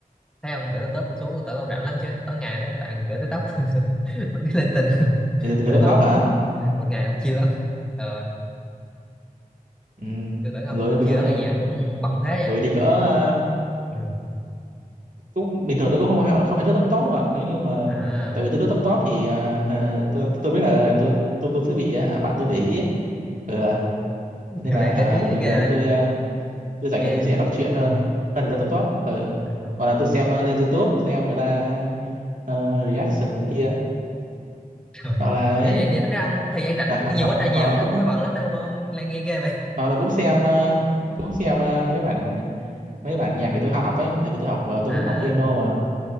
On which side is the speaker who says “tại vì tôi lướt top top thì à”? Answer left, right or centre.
Right